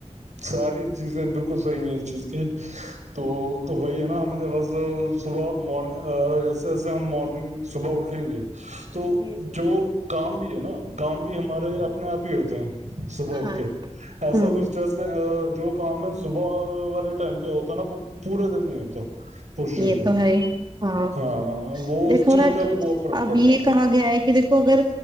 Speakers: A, on the right; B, on the right.
A: ساری چیزیں بالکل صحیح ہیں اس چیز کے تو تو وہی ہے نا ہمیں بس صبح مار جیسے جیسے ہم مارننگ صبح اٹھیں گے تو
B: جی جی
A: جو کام بھی ہے نا کام بھی ہمارے اپنے آپ ہی ہوتے ہیں صبح اٹھ
B: ہاں
A: کے
B: جی
A: ایسا
B: ہوں
A: کوئی اسٹریس جو کام ہے صبح والے ٹائم پہ ہوتا ہے نا وہ پورے دن نہیں ہوتا اس چیز
B: یہ
A: کا
B: تو ہے ہاں
A: ہاں وہ
B: دیکھو
A: اس چیز
B: نا
A: کا
B: کہ
A: بھی بہت فرق
B: اب
A: پڑتا
B: یہ
A: ہے
B: کہا گیا ہے کہ دیکھو اگر